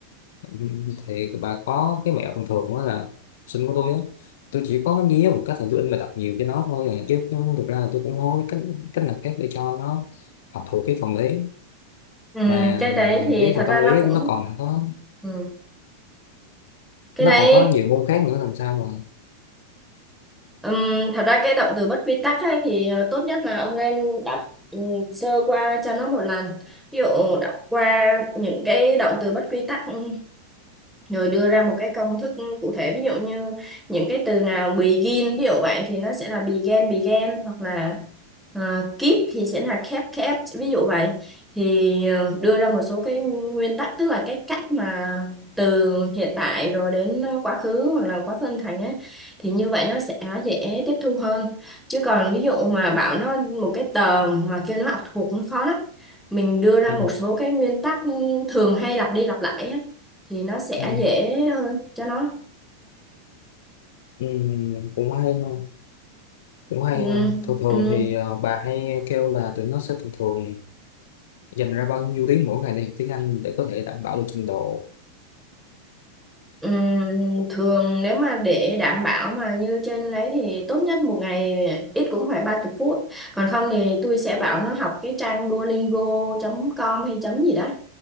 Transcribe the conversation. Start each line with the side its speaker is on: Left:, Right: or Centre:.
Left: Ừ, thì bà có cái mẹo thường thường đó là sinh của tôi á tôi chỉ có nhía một cách là tôi in bài tập nhiều cho nó thôi à. chứ cũng- thực ra là tôi cũng không có biết cách cách nào khác để cho nó học thuộc cái phần đấy
Centre: ừ,
Left: mà
Centre: cái đấy thì
Left: biết
Centre: thật
Left: mà tâm
Centre: ra nó
Left: lý
Centre: cũng
Left: nó còn có
Centre: ừ. cái
Left: nó
Centre: đấy
Left: còn có nhiều môn khác nữa làm sao mà
Centre: ừm, thật ra cái động từ bất quy tắc ấy, thì ờ, tốt nhất là ông nên đọc ừ, sơ qua cho nó một lần ví dụ đọc qua những cái động từ bất quy tắc ừ, rồi đưa ra một cái công thức cụ thể ví dụ như những cái từ nào begin ví dụ vậy thì nó sẽ là began began hoặc là à, keep thì sẽ là kept kept ví dụ vậy thì ờ, đưa ra một số cái nguyên tắc tức là cái cách mà từ hiện tại rồi đến quá khứ hoặc là quá khứ âm thành ấy thì như vậy nó sẽ dễ tiếp thu hơn chứ còn ví dụ mà bảo nó một cái tờ mà kêu nó học thuộc nó khó lắm mình đưa ra
Left: Ừ.
Centre: một số cái nguyên tắc thường hay lặp đi lặp lại ấy, thì nó sẽ
Left: ừ.
Centre: dễ hơn cho nó
Left: Ừ, cũng hay hơn cũng hay
Centre: Ừm,
Left: hơn thường thường
Centre: ừm,
Left: thì ờ, bà hay kêu là tụi nó sẽ thường thường dành ra bao nhiêu tiếng mỗi ngày để học tiếng Anh để có thể đảm bảo được trình độ
Centre: ừm, thường nếu mà để đảm bảo mà như trên đấy thì tốt nhất một ngày ít cũng phải ba mươi phút còn không thì tôi sẽ bảo nó học cái trang duolingo.com hay chấm gì đó